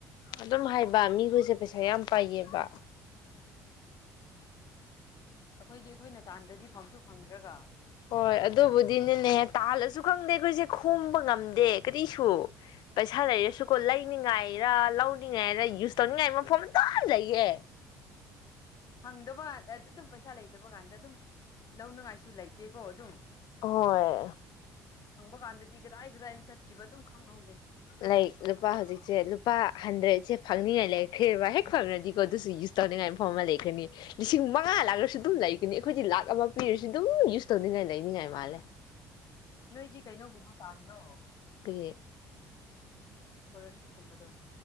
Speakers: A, on the left; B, on the left.
A: ꯑꯗꯨꯝ ꯍꯥꯏꯕ ꯃꯤꯈꯣꯏꯁꯦ ꯄꯩꯁꯥ ꯌꯥꯝ ꯄꯥꯏꯌꯦꯕ
B: ꯑꯩꯈꯣꯏꯗꯤ ꯑꯩꯈꯣꯏꯅ ꯇꯥꯟꯗ꯭ꯔꯗꯤ ꯐꯪꯁꯨ ꯐꯪꯗ꯭ꯔꯒ
A: ꯍꯣꯏ ꯑꯗꯨꯕꯨꯗꯤꯅꯦꯅꯦꯍꯦ ꯇꯥꯍꯜꯂꯁꯨ ꯈꯪꯗꯦ ꯑꯩꯈꯣꯏꯁꯦ ꯈꯣꯝꯕ ꯉꯝꯗꯦ ꯀꯔꯤꯁꯨ ꯄꯩꯁꯥ ꯂꯩꯔꯁꯨꯀꯣ ꯂꯩꯅꯤꯉꯥꯏ ꯔ ꯂꯧꯅꯤꯡꯉꯥꯏꯔ ꯌꯨꯁ ꯇꯧꯅꯤꯡꯉꯥꯏ ꯃꯐꯝꯇ ꯂꯩꯌꯦꯦ
B: ꯐꯪꯗꯕ ꯀꯥꯟꯗ ꯑꯗꯨꯝ ꯄꯩꯁꯥ ꯂꯩꯇꯕ ꯀꯥꯟꯗ ꯑꯗꯨꯝ ꯂꯧꯅꯉꯥꯏꯁꯨ ꯂꯩꯇꯦꯀꯣ ꯑꯗꯨꯝ
A: ꯍꯣꯏ
B: ꯍꯪꯕ ꯀꯥꯟꯗꯗꯤ ꯀꯗꯥꯏ ꯀꯗꯥꯏꯅ ꯆꯠꯈꯤꯕ ꯑꯗꯨꯝ ꯈꯪꯍꯧꯗꯦ
A: ꯂꯥꯏꯛ ꯂꯨꯄꯥ ꯍꯧꯖꯤꯛꯁꯦ ꯂꯨꯄꯥ ꯍꯟꯗ꯭ꯔꯦꯠ ꯁꯦ ꯐꯪꯅꯤꯡꯉꯥꯏ ꯂꯩꯈ꯭ꯔꯦꯕ ꯍꯦꯛ ꯐꯪꯈ꯭ꯔꯗꯤꯀꯣ ꯑꯗꯨꯁꯨ ꯌꯨꯁ ꯇꯧꯅꯤꯡꯉꯥꯏ ꯃꯐꯝ ꯑꯃ ꯂꯩꯈ꯭ꯔꯅꯤ ꯂꯤꯁꯤꯡ ꯃꯉꯥ ꯂꯥꯛꯂꯁꯨ ꯑꯗꯨꯝ ꯂꯩꯒꯅꯤ ꯑꯩꯈꯣꯏꯗꯤ ꯂꯥꯛ ꯑꯃ ꯄꯤꯔꯁꯨ ꯑꯗꯨꯝ ꯌꯨꯁ ꯇꯧꯅꯤꯡꯉꯥꯏ ꯂꯩꯅꯤꯡꯉꯥꯏ ꯃꯥꯜꯂꯦ
B: ꯅꯣꯏꯗꯤ ꯀꯩꯅꯣꯒꯨꯝꯕ ꯇꯥꯗ꯭ꯔꯣ
A: ꯀ
B: ꯏꯁꯀꯣꯂꯔꯁꯤꯞꯀꯨꯝꯕꯗꯣ